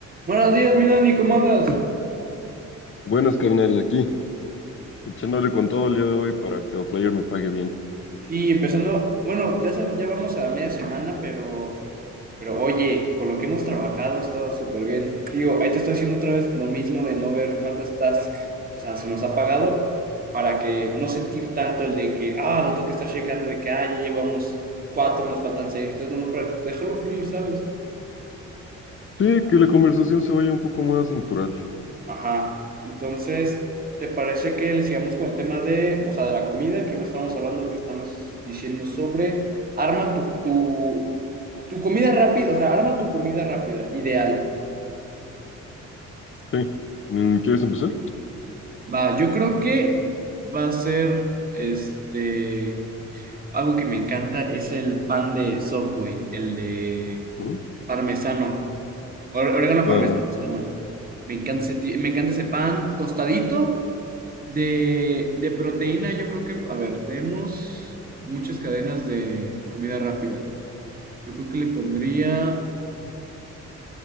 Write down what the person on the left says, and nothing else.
Buenas, carnal, aquí, echándole con todo el día de hoy para que Outlier me pague bien.
Sí, que la conversación se vaya un poco más natural.
Sí. Mm, ¿Quieres empezar?
Ujú.
Ajá.